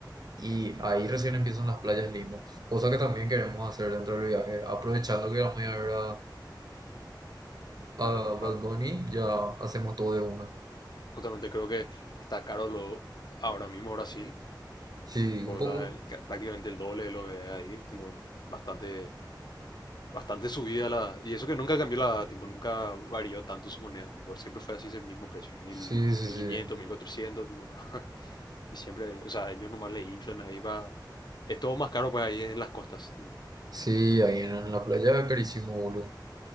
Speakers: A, on the right (about 55°); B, on the left (about 65°).
A: Y ahí recién empiezan las playas lindas, cosa que también queremos hacer dentro del viaje. Aprovechando que vamos a ir a ver a, a
B: ah, ah,
A: Bad Bunny,
B: mm,
A: ya hacemos todo de una.
B: justamente creo que está caro lo, ahora mismo Brasil,
A: Sí,
B: Bogotá
A: un poco.
B: el- ca- prácticamente el doble de lo que es ahí, tipo, bastante, bastante subida la... Y eso que nunca cambió la, tipo, nunca varió tanto su moneda, tipo, siempre fue así ese mismo precio, mil,
A: Sí, sí,
B: mil quinientos
A: sí.
B: mil cuatrocientos tipo, <laughs> Y siempre, o sea, ellos nomás le inflan ahí para... Es todo más caro pues ahí en las costas. tipo.
A: Sí, ahí en, en la playa, carísimo, boludo.